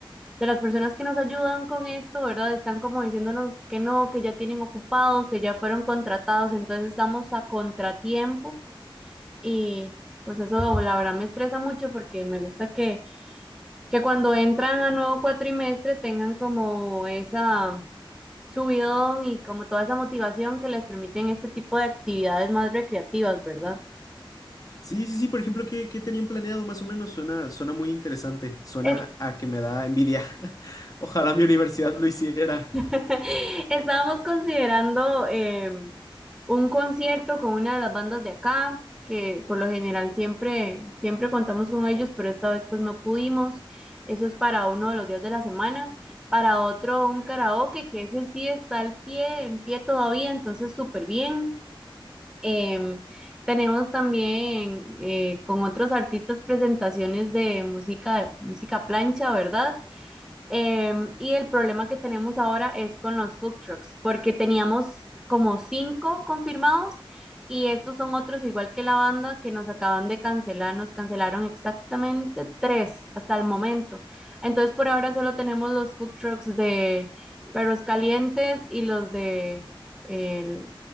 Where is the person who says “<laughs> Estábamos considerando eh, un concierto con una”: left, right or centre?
Centre